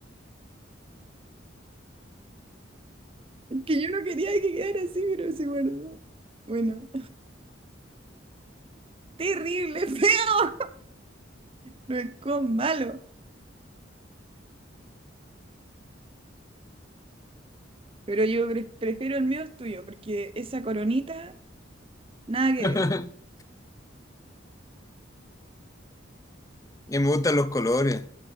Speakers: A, on the right; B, on the left.
A: Es que yo no quería que quedara así, pero se guardó. Bueno. Terrible, <laughs> feo. No es con malo. Pero yo pre- prefiero el mío al tuyo, porque esa coronita, nada que
B: <laughs>
A: ver.
B: Y me gustan los colores.